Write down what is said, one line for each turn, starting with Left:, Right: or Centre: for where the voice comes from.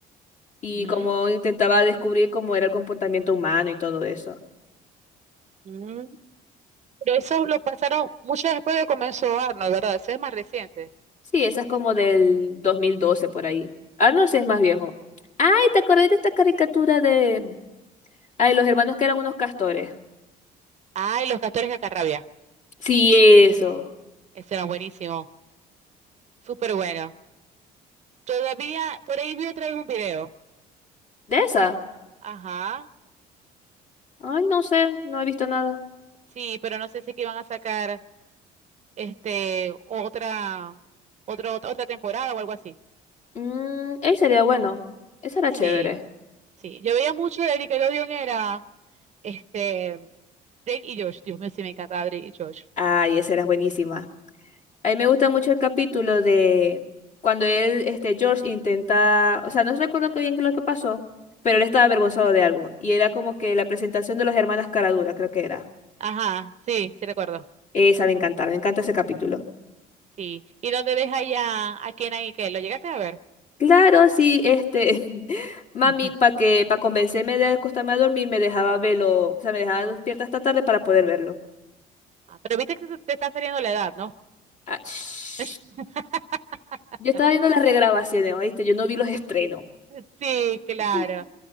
Left: y
Right: ujú,
Left: como intentaba descubrir cómo era el comportamiento humano y todo eso.
Right: ujú. Pero eso lo pasaron mucho después de comenzó Arnold, ¿verdad? Eso es más reciente.
Left: Sí, esa es como del 2012 por ahí. Arnold sí es más viejo. Ay, ¿te acordás de esta caricatura de... Ay, los hermanos que eran unos castores.
Right: Ay, Los Castores de Acarrabia,
Left: Sí, eso.
Right: ese era buenísimo, súper bueno. Todavía, por ahí vi otra vez un video.
Left: ¿De esa?
Right: Ajá.
Left: Ay, no sé, no he visto nada.
Right: Sí, pero no sé si que iban a sacar este otra, otra, otra temporada o algo así.
Left: Mmm, ese sería bueno. Esa era
Right: Sí,
Left: chévere.
Right: sí. Yo veía mucho de Nickelodeon era este Drake y Josh. Dios mío, sí me encantaba Drake y Josh.
Left: Ay, esa era buenísima. A mí me gusta mucho el capítulo de cuando él, este, George intenta, o sea, no recuerdo qué bien lo que pasó, pero él estaba avergonzado de algo. Y era como que la presentación de los hermanas Caradura, creo que era.
Right: Ajá, sí, sí recuerdo.
Left: Esa me encanta, me encanta ese capítulo.
Right: Sí. ¿Y dónde deja ya a Kenan y Kel? ¿Lo llegaste a ver?
Left: Claro, sí, este, <laughs> mami,
Right: <laughs>
Left: para que, para convencerme de acostarme a dormir, me dejaba verlo, o sea, me dejaba despierta hasta tarde para poder verlo.
Right: Ah, Pero viste que se- te está saliendo la edad, ¿no?
Left: Ah, shh.
Right: <laughs>
Left: Yo estaba viendo las regrabaciones, ¿oíste? Yo no vi los estrenos.
Right: <laughs> Sí, claro.
Left: <laughs>